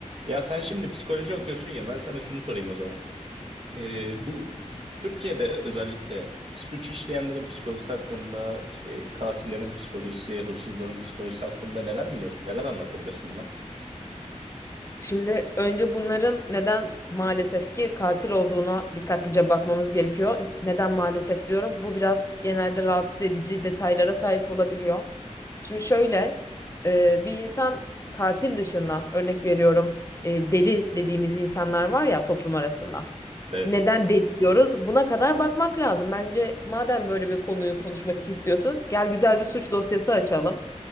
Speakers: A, on the right; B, on the left.
A: Ya sen şimdi psikoloji okuyorsun ya ben sana şunu sorayım o zaman. Ee, bu Türkiye'de özellikle suç işleyenlerin psikolojisi hakkında işte katillerin psikolojisi, hırsızların psikolojisi hakkında neler biliyorsun? Neler anlatabilirsin bana?
B: Şimdi önce bunların neden maalesef ki katil olduğuna dikkatlice bakmamız gerekiyor. Neden maalesef diyorum? Bu biraz genelde rahatsız edici detaylara sahip olabiliyor. Şimdi şöyle e, bir insan katil dışında örnek veriyorum e, deli dediğimiz insanlar var ya toplum arasında.
A: Evet.
B: Neden deli diyoruz? Buna kadar bakmak lazım. Bence madem böyle bir konuyu konuşmak istiyorsun, gel güzel bir suç dosyası açalım.